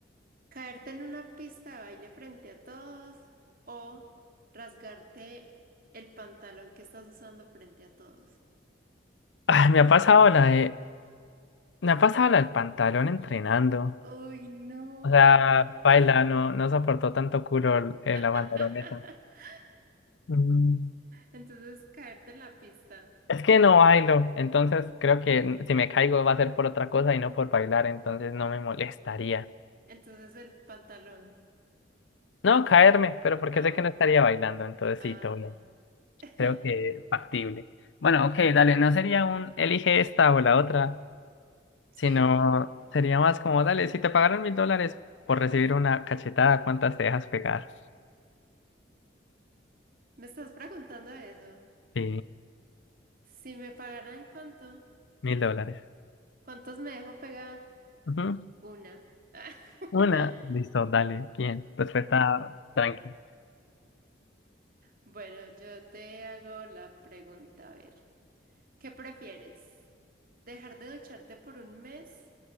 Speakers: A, on the right; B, on the left.
A: ¿Caerte en una pista de baile frente a todos o rasgarte el pantalón que estás usando frente a todos?
B: Ah, me ha pasado la de, me ha pasado la del pantalón entrenando.
A: Uy, no,
B: O sea,
A: qué mal.
B: baila, no, no soportó tanto culo el- eh,
A: <laughs>
B: la pantaloneta. Mm.
A: Entonces, caerte en la pista.
B: Es que no bailo, entonces creo que n- si me caigo va a ser por otra cosa y no por bailar, entonces no me molestaría.
A: Entonces el pantalón.
B: No, caerme, pero porque
A: Ah,
B: sé
A: bueno.
B: que no estaría bailando, entonces
A: Ah,
B: sí, todo bien.
A: bueno. <laughs>
B: Creo que factible. Bueno, ok, dale, no sería un elige esta o la otra,
A: Sí,
B: sino sería más como, dale, si te pagaron mil dólares por recibir una cachetada, ¿cuántas te dejas pegar?
A: me estás preguntando eso.
B: Sí,
A: Si me pagaran cuánto,
B: mil dólares.
A: ¿cuántos me dejo pegar?
B: Ujú.
A: Una. <laughs>
B: Una, listo, dale, bien. Respuesta tranqui.
A: Bueno, yo te hago la pregunta, a ver. ¿Qué prefieres? ¿Dejar de ducharte por un mes